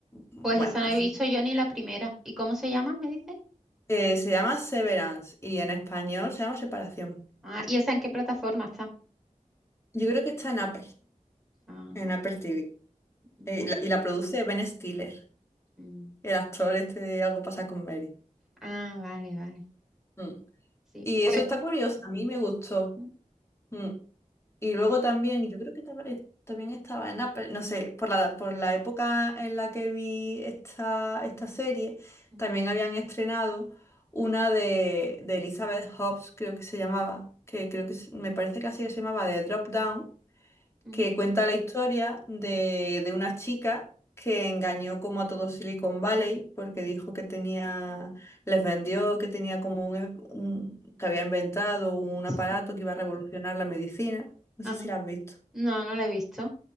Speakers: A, on the left; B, in the centre.
A: bueno,
B: Pues esa no
A: pues
B: he visto yo ni la primera. ¿Y cómo se llama, me dice?
A: eh, se llama Severance y en español se llama Separación.
B: Ah, ¿y esa en qué plataforma está?
A: Yo creo que está en Apple,
B: Ah,
A: en
B: en Apple.
A: Apple TV.
B: Vale.
A: Eh, y, la, y la produce Ben Stiller,
B: Mm.
A: el actor este de Algo pasa con Mary.
B: Ah, vale, vale.
A: Mm.
B: Sí.
A: Y
B: Pues.
A: eso está curioso, a mí me gustó.
B: mm,
A: Mm. Y
B: vale.
A: luego también, yo creo que estaba- eh, también estaba en Apple, no sé, por la, por la época en la que vi esta, esta serie,
B: Ujú,
A: también habían estrenado una de, de Elizabeth Hobbs, creo que se llamaba, que creo que se- me parece que así se llamaba, de Drop Down,
B: ujú,
A: que cuenta la historia de, de una chica que engañó como a todo Silicon Valley porque dijo que tenía, les vendió que tenía como un, un- que había inventado un aparato
B: sí.
A: que iba a revolucionar la medicina. No
B: Ajá.
A: sé si la has visto.
B: No, no la he visto.